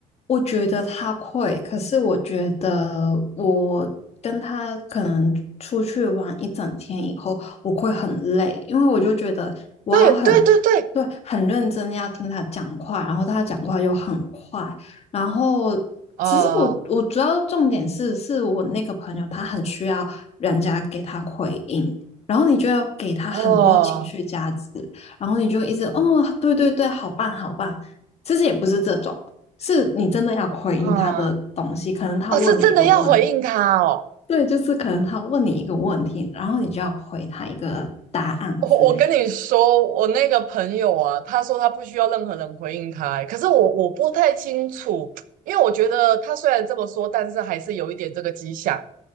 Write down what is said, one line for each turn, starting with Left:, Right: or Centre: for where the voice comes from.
Left: 我觉得他会，可是我觉得我跟他可能出去玩一整天以后，我会很累，因为我就觉得我要很，
Right: 对对对对，
Left: 对，很认真地要听他讲话，然后他讲话又很快，然后其实我我主要重点是，
Right: 哦
Left: 是我那个朋友他很需要人家给他回应，然后你就要给他很多情绪价值，
Right: 哦，
Left: 然后你就一直哦，对对对，好棒好棒，其实也不是这种。是你真的要回应他的东西，
Right: 嗯，
Left: 可能他问你一个问题，
Right: 哦，是真的要回应他哦。
Left: 对，就是可能他问你一个问题，然后你就要回他一个答案之类。
Right: 我我跟你说，我那个朋友啊，他说他不需要任何人回应他欸可是我我不太清楚，因为我觉得他虽然这么说，但是还是有一点这个迹象。